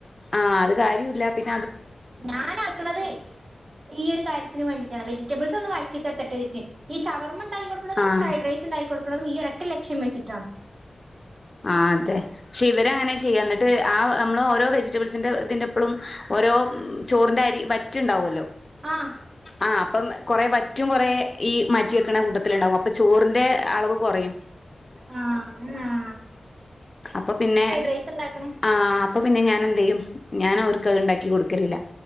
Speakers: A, on the left; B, on the right.
A: ആത്- കാര്യമില്ല പി-
B: ഞാനാക്കണത് ഈയൊരു കാര്യത്തിനു വേണ്ടിയാണ് വെജിറ്റബിൾസ് ഒന്ന് വയറ്റി- എത്തട്ടെ എന്ന് കരുതി ഈ ഷവർമ- ഉണ്ടാക്കി കൊടുക്കുന്നതും
A: ആഹ്
B: ഫ്രൈഡ് റൈസ് ഉണ്ടാക്കി കൊടുക്കുന്നത് ഈ ഒരൊറ്റ ലക്ഷ്യം വെച്ച്- താ <unintelligible>
A: ആതേ ക്ഷേ ഇവരങ്ങനാ ചെയ്യാം എന്നട്ട്- ആ നമ്മൾ ഓരോ വെജിറ്റബിൾസിൻ്റെഅതിൻ്റപ്പളും ഓരോ ചോറിന്റെ അരിവറ്റ് ഉണ്ടാവുവല്ലോ?
B: ആഹ്-
A: ആ അപ്പം കൊറേ വറ്റും കൊറേ ഈ മാറ്റിവെക്കണ കൂട്ടത്തിലുണ്ടാവും അപ്പം ചോറിന്റെ അളവ് കൊറയും-
B: ആഹ് അങ്ങനാ-
A: അപ്പം പിന്നെ
B: റൈസ് ഉണ്ടാക്കണെ
A: ആ അപ്പൊ പിന്നെ ഞാൻ എന്തേലും- ഞാനവർക്ക് അത് ഇണ്ടാക്കിക്കൊടുക്കലില്ല-